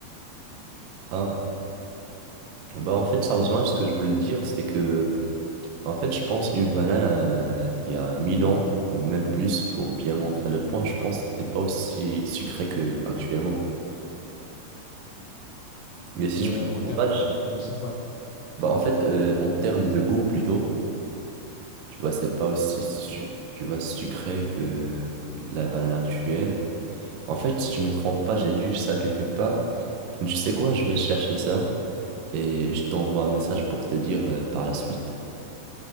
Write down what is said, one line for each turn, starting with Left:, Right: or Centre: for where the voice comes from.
Right: Ah, bah en fait, ça rejoint ce que je voulais dire, c'est que En fait, je pense une banane euh, il y a 1000 ans ou même plus pour bien montrer le point, je pense que c'était pas aussi sucré que actuellement. Mais si
Left: Euh,
Right: je me
Left: en
Right: trompe
Left: termes
Right: pas,
Left: de
Right: je-
Left: sucre, je sais pas.
Right: bah en fait euh, en termes de goût plutôt, tu vois, c'est pas aussi su- tu vois sucré que la banane actuelle. En fait, si je me trompe pas, j'ai lu ça quelque part. Mais tu sais quoi, je vais chercher ça et je t'envoie un message pour te dire euh, par la suite.